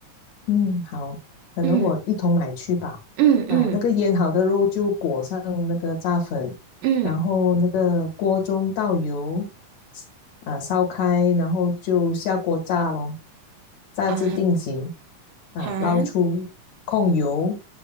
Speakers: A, on the left; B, on the right.
A: 嗯，好，可能我一同买去吧。
B: 嗯嗯嗯
A: 啊，那个腌好的肉就裹上那个炸粉，
B: 嗯
A: 然后那个锅中倒油，啊，烧开，然后就下锅炸咯，炸至定型，
B: 啊
A: 啊，
B: 哈
A: 捞出控油，